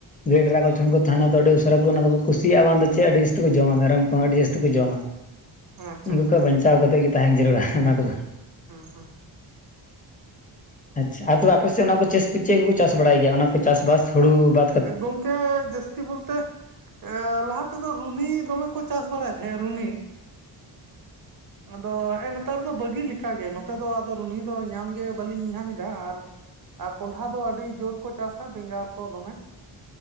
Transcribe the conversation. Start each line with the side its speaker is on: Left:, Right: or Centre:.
Left: ᱜᱟᱹᱭ ᱰᱮᱨᱟ ᱠᱚ ᱡᱚᱠᱷᱚᱱ ᱠᱚ ᱛᱟᱦᱮᱸᱱᱟ ᱛᱚ ᱟᱹᱰᱤ ᱩᱥᱟᱹᱨᱟ ᱠᱚ ᱚᱱᱟ ᱫᱚᱠᱚ ᱠᱩᱥᱤᱭᱟᱜᱼᱟ ᱵᱟᱝᱫᱚ ᱪᱮᱫ ᱟᱹᱰᱤ ᱡᱟᱹᱥᱛᱤ ᱠᱚ ᱡᱚᱢᱟ ᱢᱮᱨᱚᱢ ᱠᱚᱦᱚᱸ ᱟᱹᱰᱤ ᱡᱟᱹᱥᱛᱤ ᱠᱚ ᱡᱚᱢᱟ
Right: <inaudible>
Left: ᱩᱱᱠᱩ
Right: ᱟᱪᱪᱷᱟ
Left: ᱠᱚᱡ
Right: ᱟᱪᱪᱷᱟ
Left: ᱵᱟᱧᱪᱟᱣ ᱠᱟᱛᱮᱫ ᱜᱮ ᱛᱟᱦᱮᱱ ᱡᱟᱹᱨᱩᱲᱟ ᱚᱱᱟ ᱠᱚᱫᱚ
Right: ᱦᱮᱸ ᱦᱮᱸ
Left: ᱟᱪᱪᱷᱟ ᱟᱨ ᱛᱚᱵᱮ ᱟᱯᱮᱥᱮᱫ ᱚᱱᱟ ᱠᱚ ᱪᱮᱫ ᱠᱚᱠᱚ ᱪᱟᱥ ᱵᱟᱲᱟᱭ ᱜᱮᱭᱟ ᱚᱱᱟ ᱠᱚ ᱪᱟᱥᱵᱟᱥ ᱦᱩᱲᱩ ᱵᱟ
Right: ᱜᱚᱝᱠᱮ ᱡᱟᱹᱥ ᱛᱤ ᱵᱚᱞᱛᱮ ᱮ ᱞᱟᱦᱟ ᱛᱮᱫᱚ ᱨᱩᱱᱦᱤ ᱫᱚᱢᱮ ᱠᱚ ᱪᱟᱥ ᱵᱟᱲᱟᱭ ᱛᱟᱦᱮᱸᱜᱼᱟ ᱨᱩᱱᱦᱤ ᱟᱫᱚ ᱦᱮᱸ ᱱᱮᱛᱟᱨ ᱫᱚ ᱵᱟᱹᱜᱤ ᱞᱮᱠᱟ ᱜᱮ ᱱᱚᱛᱮ ᱫᱚ ᱟᱫᱚ ᱨᱩᱱᱦᱤ ᱫᱚ ᱧᱟᱢ ᱜᱮ ᱵᱟᱹᱞᱤᱧ ᱧᱟᱢ ᱮᱫᱟ ᱟᱨ ᱟᱨ ᱠᱚᱸᱰᱷᱟ ᱫᱚ ᱟᱹᱰᱤ ᱡᱳᱨ ᱠᱚ ᱪᱟᱥᱟ ᱵᱮᱸᱜᱟᱲ ᱠᱚ ᱫᱚᱢᱮ